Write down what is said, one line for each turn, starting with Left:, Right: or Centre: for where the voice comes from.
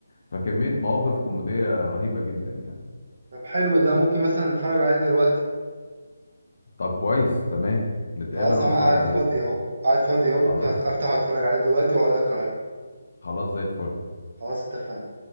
Left: فكمية مواقف كوميدية رهيبة جدا يعني
Right: طب حلو ده ممكن مثلا اتفرج عليه دلوقتي
Left: طب كويس تمام نتقابل
Right: خلاص
Left: ونتفرج
Right: انا قاعد
Left: عليه
Right: فاضي اهو قاعد فاضي اهو ممكن
Left: خلاص
Right: افتح واتفرج عليه دلوقتي واقول لك رأيي
Left: خلاص زي الفل
Right: خلاص اتفقنا